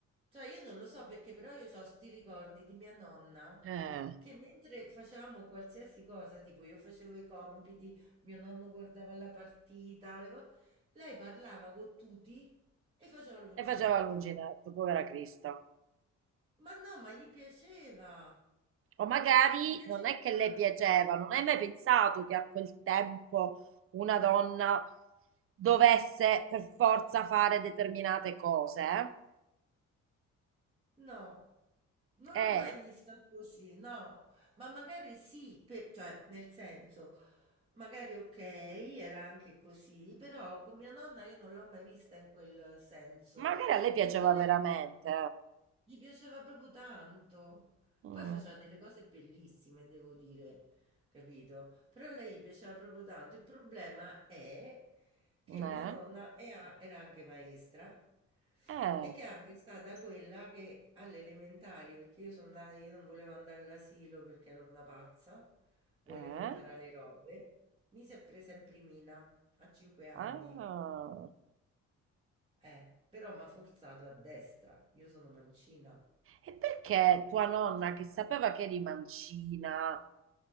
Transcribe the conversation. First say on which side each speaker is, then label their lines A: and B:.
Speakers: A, on the right; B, on the right.
A: Cioè io non lo so perché però io c'ho 'sti ricordi di mia nonna
B: Eh.
A: che mentre facevamo qualsiasi cosa, tipo io facevo i compiti, mio nonno guardava la partita, le co- lei parlava con tutti e faceva l'uncinetto.
B: E faceva l'uncinetto, povera Crista.
A: Ma no, ma gli piaceva.
B: O magari
A: Gli piaceva
B: non è che
A: tanto.
B: le piaceva, non hai mai pensato che a quel tempo una donna dovesse per forza fare determinate cose?
A: No, non
B: Eh,
A: l'ho mai vista così, no, ma magari sì, per- cioè nel senso, magari ok, era anche così, però con mia nonna io non l'ho mai vista in quel senso,
B: magari a lei piaceva
A: perché lei
B: veramente.
A: gli piaceva proprio tanto,
B: Mm,
A: poi faceva delle cose bellissime, devo dire, capito? Però a lei gli piaceva proprio tanto, il problema è che
B: eh,
A: mia nonna è a- era anche maestra
B: eh,
A: e che è anche stata quella che alle elementari, perché io sono nata, io non volevo andare all'asilo perché ero una pazza, volevo
B: eh,
A: imparare le robe, mi si è presa in primina a 5 anni,
B: ah.
A: eh, però mi ha forzato a destra, io sono mancina.
B: E perché tua nonna, che sapeva che eri mancina,